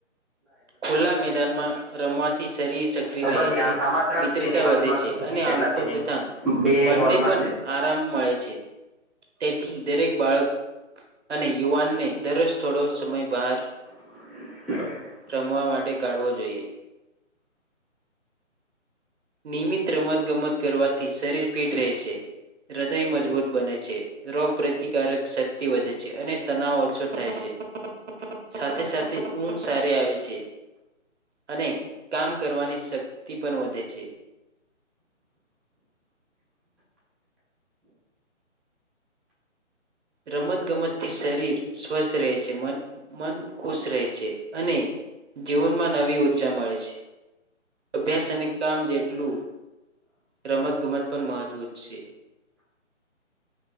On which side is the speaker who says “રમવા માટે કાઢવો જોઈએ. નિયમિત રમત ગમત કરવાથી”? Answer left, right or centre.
Right